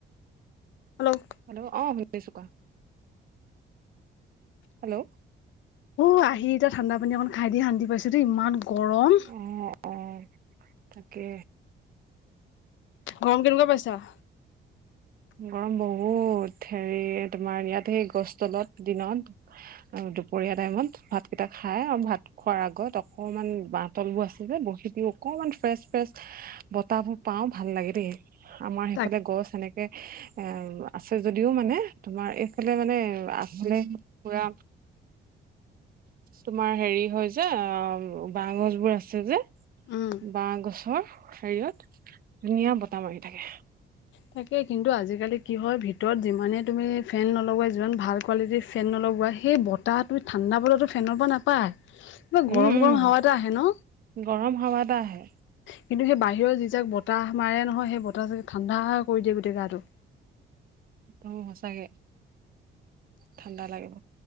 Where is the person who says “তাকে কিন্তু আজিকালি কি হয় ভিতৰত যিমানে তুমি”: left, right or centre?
Left